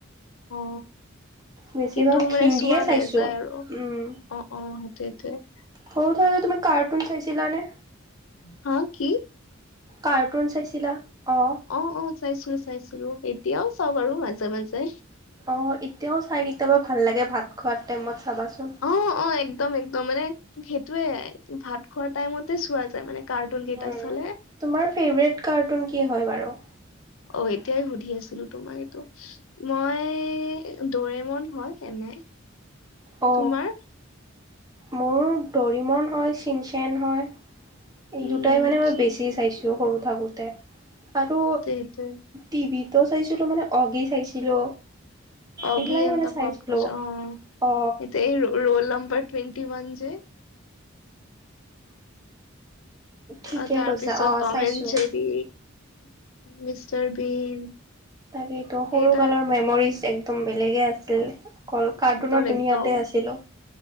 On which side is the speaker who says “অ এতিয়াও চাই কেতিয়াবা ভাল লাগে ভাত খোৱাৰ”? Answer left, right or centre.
Right